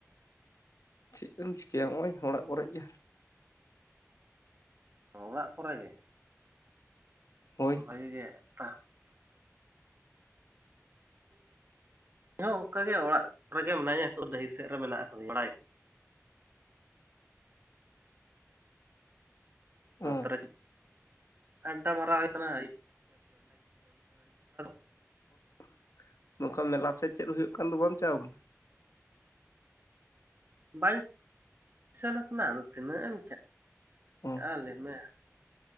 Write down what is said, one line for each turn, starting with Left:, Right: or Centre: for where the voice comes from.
Left: ᱪᱮᱜ ᱮᱢ ᱪᱤᱠᱟᱹᱭᱟ ᱦᱚᱸᱜᱼᱚᱭ ᱚᱲᱟᱜ ᱠᱚᱨᱮᱜ ᱜᱮ᱾
Right: ᱚ ᱚᱲᱟᱜ ᱠᱚᱨᱮ ᱜᱮ?
Left: ᱦᱳᱭ
Right: ᱵᱷᱟᱹᱜᱤ ᱜᱮ ᱛᱟ <unintelligible> ᱚᱝᱠᱟᱜ ᱜᱮ ᱚᱲᱟᱜ ᱠᱚ ᱨᱮᱜᱮ ᱢᱮᱱᱟᱹᱧᱟ ᱦᱤᱛᱚᱜ ᱰᱟᱹᱦᱤ ᱥᱮᱜ ᱨᱮ ᱢᱮᱱᱟᱜ ᱠᱟᱫᱟᱹᱧ ᱵᱟᱲᱟᱭ᱾ ᱱᱚᱛᱮ
Left: ᱚ
Right: ᱨᱮ ᱟᱰᱰᱟ ᱢᱟᱨᱟᱣ ᱦᱩᱭ ᱠᱟᱱᱟ <inaudible>
Left: <inaudible> ᱱᱚᱝᱠᱟ ᱢᱮᱞᱟ ᱥᱮ ᱪᱮᱫ ᱦᱩᱭᱩᱜ ᱠᱟᱱ ᱫᱚ ᱵᱟᱢ ᱪᱟᱣ ᱠᱟᱱᱟ?
Right: ᱵᱟᱹᱧ ᱥᱮᱱ ᱠᱟᱱᱟ ᱟᱫᱚ ᱛᱤᱱᱟᱹᱜ ᱮᱢ <inaudible>
Left: ᱚ
Right: ᱞᱟᱹᱭᱢᱮ